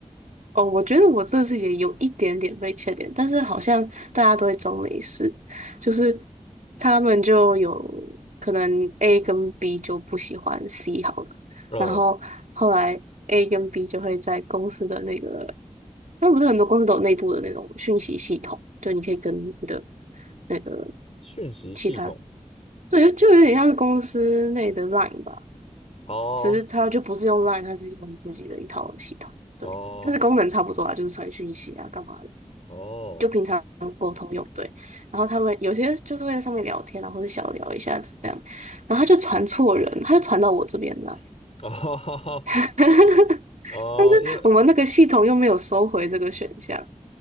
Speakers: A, on the right; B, on the left.
A: 哦，我觉得我这次也有一点点被欠点，但是好像大家都会装没事，就是他们就有可能 A 跟 B 就不喜欢 C 好了，
B: 嗯，
A: 然后后来 A 跟 B 就会在公司的那个，那不是很多公司都有内部的那种讯息系统，就你可以跟你的那个
B: 讯息系统，
A: 其他，对，就有点像是公司内的 Line 吧。
B: 哦
A: 只是它就不是用 Line，它是用自己的一套系统，对，
B: 哦
A: 但是功能差不多啊，就是传讯息啊，干嘛的，
B: 哦
A: 就平常沟通用，对。然后他们有些就是会在上面聊天啊，或者小聊一下这样，然后他就传错人，他就传到我这边来，
B: 哦，
A: <laughs>
B: <laughs> 哦，
A: 但是我们那个系统又没有收回这个选项，
B: 因为